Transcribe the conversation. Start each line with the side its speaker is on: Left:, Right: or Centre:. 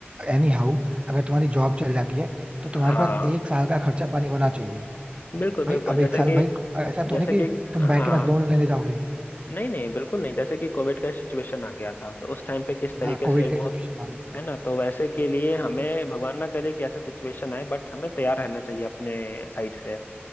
Right: एनी हाउ अगर तुम्हारी जॉब चल जाती है तो तुम्हारे
Left: हाँ
Right: पास एक साल का खर्चा पानी होना चाहिए
Left: बिल्कुल बिल्कुल
Right: भाई अब
Left: जैसे
Right: एक साल
Left: कि
Right: भाई ऐसा तो
Left: जैसे
Right: है ना कि
Left: कि
Right: तुम बैंक
Left: हाँ
Right: के पास लोन लेने जाओगे
Left: नहीं नहीं बिल्कुल नहीं जैसे कि कोविड का सिचुएशन आ गया था तो उस टाइम पे किस तरीके
Right: हाँ कोविड
Left: से बहुत
Right: का सिचुएशन मान लो
Left: है ना तो वैसे के लिए हमें भगवान ना करे कि ऐसा सिचुएशन आए बट हमें तैयार रहना चाहिए अपने साइड से